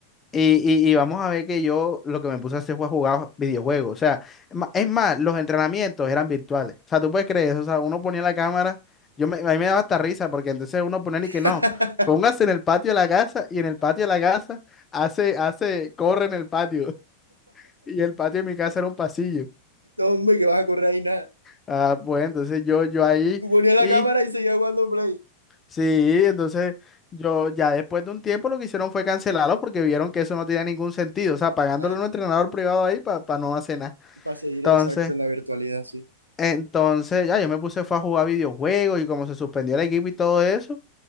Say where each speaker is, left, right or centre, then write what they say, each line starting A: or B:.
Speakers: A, on the left (about 20°); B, on the right (about 85°).
A: y- y vamos a ver que yo lo que me puse a hacer fue jugar videojuegos. O sea, es ma- es más, los entrenamientos eran virtuales. O sea, tú puedes creer eso. O sea, uno ponía la cámara. Yo me, a mí me daba hasta risa porque entonces uno ponía y que no.
B: <laughs>
A: Póngase en el patio de la casa y en el patio de la casa hace, hace, corre en el patio. <laughs> Y el patio de mi casa era un pasillo.
B: No, hombre, que vas a correr ahí nada.
A: Ah, pues entonces yo, yo ahí
B: Tú ponías la
A: y
B: cámara y seguías jugando Play.
A: sí, entonces yo ya después de un tiempo lo que hicieron fue cancelarlo porque vieron que eso no tenía ningún sentido. O sea, pagándole
B: Claro,
A: a un entrenador privado ahí para no hacer nada.
B: para seguir
A: Entonces,
B: exacto en la virtualidad, sí.
A: entonces, ya yo me puse fue a jugar videojuegos y como se suspendió el equipo y todo eso,